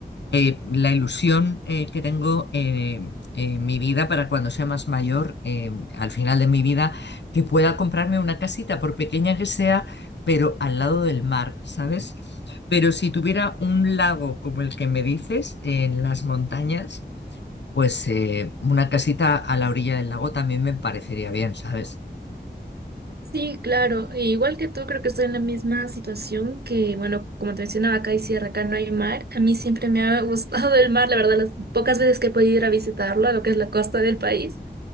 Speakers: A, on the left; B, on the right.
A: eh, la ilusión eh, que tengo eh, en mi vida para cuando sea más mayor, eh, al final de mi vida, que pueda comprarme una casita, por pequeña que sea, pero al lado del mar, ¿sabes? Pero si tuviera un lago como el que me dices, en las montañas, pues eh, una casita a la orilla del lago también me parecería bien, ¿sabes?
B: Sí, claro. e Igual que tú, creo que estoy en la misma situación que, bueno, como te mencionaba, acá hay sierra, acá no hay mar. A mí siempre me ha <laughs> gustado el mar, la verdad, las pocas veces que he podido ir a visitarlo, a lo que es la costa del país.